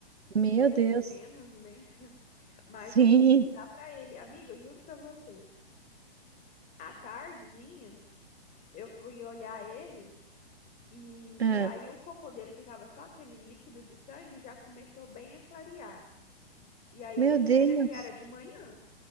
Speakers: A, on the left; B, on the right.
A: isso
B: meu
A: aqui é
B: Deus.
A: de menos, né? <laughs> Mas
B: Sim.
A: eu consegui dar pra ele. Amiga, eu juro pra vocês. À tardezinha, eu fui olhar ele. E
B: Ah,
A: aí o cocô dele, que tava só aquele líquido de sangue, já começou bem a clarear. E aí
B: meu
A: eu dei
B: Deus.
A: pra ele assim, era de manhã,